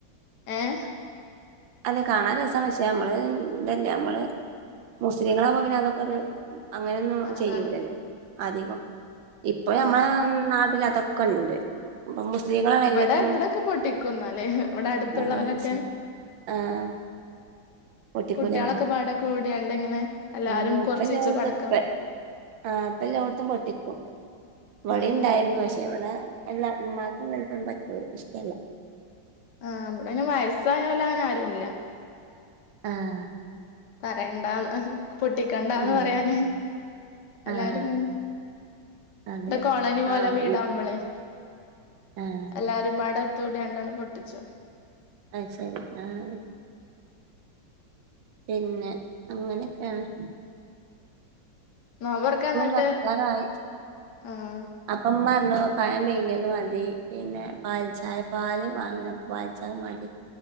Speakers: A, on the left; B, on the right.
A: ഏഹ്
B: അല്ല, കാണാൻ രെസാണ്. പക്ഷേ നമ്മെള് തല്ലെ നമ്മെള് മുസ്ലീങ്ങളാമ്പോ പിന്നെ അതക്കൊരു. അങ്ങനെയൊന്നും
A: ആഹ്
B: ചെയ്യൂലല്ലോ
A: ആഹ്
B: അധികം. ഇപ്പ നമ്മെള
A: ആഹ്
B: നാട്ടിലതൊക്കെ. ഒക്കൊണ്ട്. അപ്പൊ മുസ്ലിങ്ങളാണ്
A: ഇവിടെ
B: എല്ലാത്തിനും
A: ഇവിടൊക്കെ പൊട്ടിക്കുംന്നാല് ഇവിടെ അടുത്തുള്ളോലൊക്കെ
B: ആ വിശ്യം. ആഹ് പൊട്ടിക്കൂലേ
A: കുട്ടികളക്കെ പാടെ കൂടിയാണ്ടിങ്ങനെ എല്ലാരും
B: ആഹ് ഇപ്പ
A: കൊറെച്ച്
B: എല്ലോടത്തും
A: യീച്ച പടക്കൊം.
B: ഇപ്പ ആഹ് അപ്പ എല്ലോടത്തും പൊട്ടിക്കും. പെടിംണ്ടായിരുന്നു.
A: ആഹ്
B: പക്ഷെ ഇവെടെ. എല്ലാ ഉമ്മാക്കും വെല്ലുബാപ്പയ്ക്കു ഇഷ്ടേല്ല.
A: ആഹ് അവിടെന് വയസ്സായവേലനാരുല്ല.
B: ആഹ്
A: പറയണ്ടാന്ന്. പൊട്ടിക്കണ്ടാന്ന്
B: ഉം
A: പറയാന് എല്ലാരുയിങ്ങനെ.
B: ആഹ് അതെ
A: വടെ കോളനി പോലെ
B: ആഹ്
A: വീടാവുമ്പളെ
B: ഈ ആഹ്.
A: എല്ലാരും പാടെ ത്തോടിയണ്ടെണ്ണം പൊട്ടിച്ചു.
B: അയ് ശെരി. ആഹ്. പിന്നെ അങ്ങനെക്കാണ്.
A: നോമ്പർക്കന്നിട്ട്
B: തുറക്കാറായി
A: ആഹ്.
B: അപ്പം മ്മർഞ്ഞു പയം പുയ്ങ്ങ്യത് മതി. പിന്നെ പാൽ ചായ പാല് വാങ്ങ പാൽ ചായ മതി.